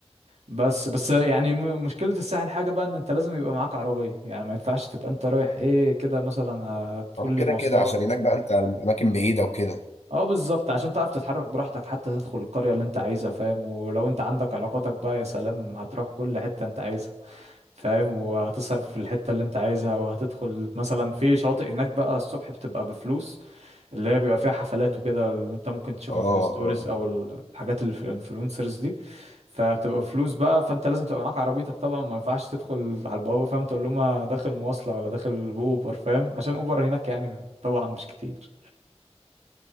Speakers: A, on the right; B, on the left.
A: بس بس يعني م- مشكلة الساحل حاجة بقى ان انت لازم يبقى معاك عربية يعني ما ينفعش تبقى انت رايح ايه كده مثلا هتقول
B: اه
A: لي
B: كده
A: مواصلات
B: كده عشان هناك بقى انت الاماكن بعيده وكده
A: اه بالظبط عشان تعرف تتحرك براحتك حتى تدخل القرية اللي انت عايزها فاهم ولو انت عندك علاقاتك بقى يا سلام هتروح كل حتة انت عايزها فاهم وهتصرف في الحتة اللي انت عايزها وهتدخل مثلا في شواطئ هناك بقى الصبح بتبقى بفلوس اللي هي بيبقى فيها حفلات وكده اللي انت ممكن تشوفها
B: اه
A: في الستوريز
B: اه
A: او الحاجات اللي في الانفلونسرز دي فبتبقى فلوس بقى فانت لازم تبقى معاك عربيتك طبعا ما ينفعش تدخل على البوابه فاهم تقول لهم أنا داخل مواصله ولا داخل اوبر فاهم عشان اوبر هناك يعني طبعا مش كتير